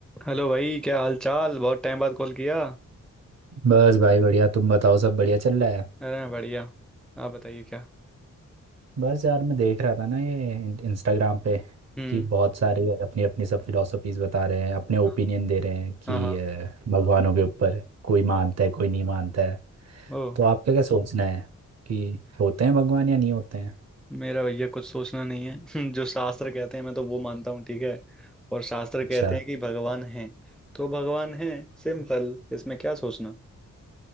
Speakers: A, in the centre; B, on the right.
A: हेलो भाई क्या हाल चाल बहुत टाइम बाद कॉल किया
B: बस भाई बढ़िया तुम बताओ सब बढ़िया चल रहा है
A: अरे मैं बढ़िया आप बताइए क्या
B: बस यार मैं देख रहा था ना ये इन- इंस्टाग्राम पे
A: हम्म
B: कि बहुत सारे अपनी अपनी सब फिलोसफीज बता रहे हैं अपने ओपिनियन
A: हाँ
B: दे रहे हैं कि
A: हाँ हाँ
B: अ, भगवानों के ऊपर कोई मानता
A: ओके।
B: है कोई नहीं मानता है
A: ओ
B: तो आपका क्या सोचना है कि होते हैं भगवान या नहीं होते हैं
A: मेरा भैया कुछ सोचना नहीं है <laughs> जो शास्त्र कहते हैं मैं तो वो मानता हूँ ठीक है और शास्त्र
B: अच्छा
A: कहते हैं कि भगवान है तो भगवान है सिंपल इसमें क्या सोचना